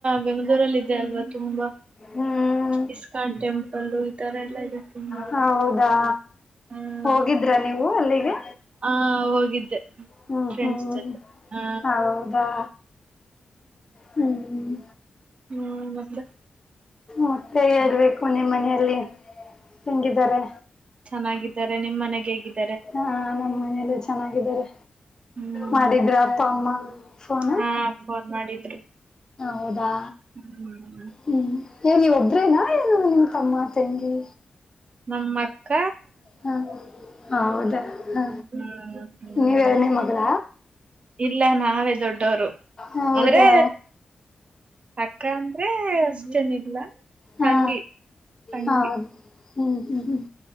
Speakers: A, on the right; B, on the left.
A: ಬೆಂಗಳೂರಲ್ಲಿ ಇದೆ ಅಲ್ವಾ ತುಂಬಾ.
B: ಹ್ಮ್
A: ಎಕಟಮ <inaudible> ಅಲ್ಲೂ ಈ ತರ ಎಲ್ಲ. ಇದೆ ತುಂಬಾ
B: ಹೌದಾ.
A: ಹಾ
B: ಹೋಗಿದ್ರ ನೀವು ಅಲ್ಲಿಗೆ
A: ಆ ಹೋಗಿದ್ದೆ
B: ಹ್ಮ್
A: ಫ್ರೆಂಡ್ಸ್
B: ಹ್ಮ್
A: ಜೊತೆ ಆ
B: ಹೌದಾ ಹ್ಮ್.
A: ಹ್ಮ ಮತ್ತ.
B: ಮತ್ತೆ ಹೇಳ್ಬೇಕು ನಿಮ್ಮ್ ಮನೆಯಲ್ಲಿ ಹೆಂಗಿದ್ದಾರೆ
A: ಚೆನ್ನಾಗಿದ್ದಾರೆ ನಿಮ್ ಮನೆಗೆ ಹಗಿದ್ದ
B: ಹಾ ನಮ್ಮನೆಯಲು ಚೆನ್ನಾಗಿದ್ದಾರೆ
A: ಹ್ಮ್
B: ಮಾಡಿದ್ರ ಅಪ್ಪ ಅಮ್ಮ ಹ್ಮ ಫೋನಾ
A: ಹಾ ಫೋನ್ ಮಾಡಿದ್ರು
B: ಹೌದಾ
A: ಹ್ಮ್
B: ಹ್ಮ ಏ ನೀವು ಒಬರೇನಾ ಏನು ನಿಮ್ಮ ತಮ್ಮ ತಂಗಿ
A: ನಮ್ಮಟಾ
B: ಹ್ಮ ಹೌದಾ ಹಾ
A: ಹ್ಮ್ ಹ್ಮ್
B: ನೀವು ಎರಡನೇ ಮಗಳ
A: ಇಲ್ಲ ನಾವೇ ದೊಡ್ಡವರು
B: ಹೌದಾ
A: ಆದ್ರೆ ಅಕ್ಕ ಅಂದ್ರೆ ಅಷ್ಟನ ಇಲ್ಲ
B: ಹಾ
A: ತಂಗಿ ತಂಗಿ
B: ಹೌದು ಹ್ಮ್ ಹ್ಮ್ ಹ್ಮ್